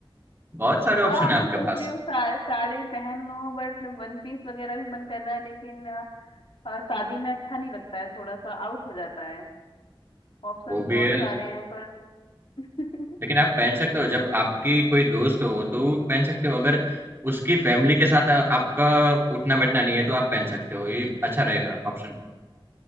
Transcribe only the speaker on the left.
हाँ हाँ
मैं
सोच
रही हूँ सा, साड़ी पहन लूं बट वन पीस वगैरह भी मन कर रहा है लेकिन आ, आ, शादी में अच्छा नहीं लगता है थोड़ा सा आउट हो जाता है ऑप्शंस
बहुत
सारे हैं पर <laughs>